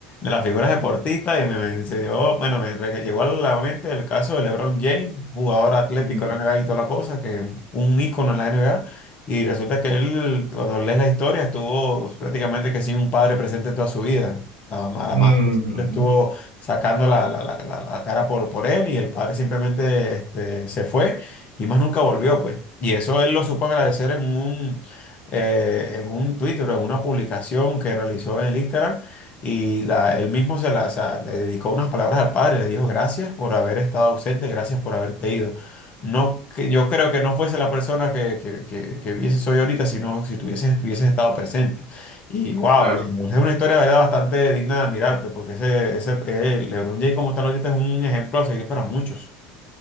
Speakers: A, on the left; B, on the right.
A: las figuras deportistas y me, me- se dio- bueno, me re- llegó a la mente el caso de LeBron James, jugador atlético
B: Mm.
A: de la NBA y toda la cosa, que un ícono en la NBA, y resulta que él, cuando lees la historia, estuvo prácticamente que sin un padre presente en toda su vida. La mamá, la
B: Ujú.
A: madre siempre estuvo sacando la, la- la- la- la cara por, por él y el padre simplemente este, se fue y más nunca volvió, pues. Y eso él lo supo agradecer en un eh, en un Twitter o en una publicación que realizó en el Instagram y la, él mismo se la, o sea, le dedicó unas palabras al padre, le dijo gracias por haber estado ausente, gracias por haberte ido. No, que yo creo que no fuese la persona que, que, que, que hubiese soy ahorita, sino si tuvieses, hubieses estado presente. Y wow,
B: Claro.
A: es una historia de verdad bastante digna de admirar, pues, porque ese, ese eh, LeBron James como tal ahorita es un ejemplo a seguir para muchos.